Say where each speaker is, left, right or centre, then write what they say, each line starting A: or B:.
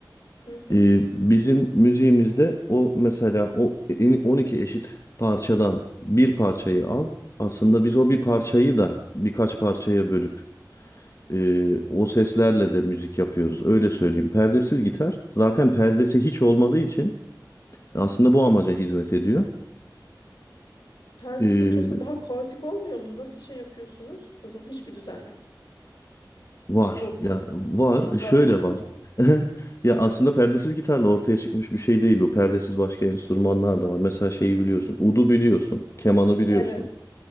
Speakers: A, on the left; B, on the left.
A: Hı hı.
B: Ee, bizim müziğimizde o mesela o en- 12 eşit parçadan bir parçayı al. Aslında biz o bir parçayı
A: Hı.
B: da birkaç parçaya bölüp e, o seslerle de müzik yapıyoruz. Öyle söyleyeyim. Perdesiz gitar zaten perdesi hiç olmadığı için aslında bu amaca hizmet ediyor.
A: Perdesi
B: Ee,
A: hiç yoksa daha kaotik olmuyor mu? Nasıl şey yapıyorsunuz? O zaman hiçbir düzen yok.
B: Var
A: Mu?
B: ya var E,
A: Var.
B: şöyle
A: <laughs>
B: var. <laughs> Ya aslında perdesiz gitarla ortaya çıkmış bir şey değil o. Perdesiz başka enstrümanlar da var. Mesela şeyi biliyorsun. Udu biliyorsun. Kemanı biliyorsun.
A: Evet.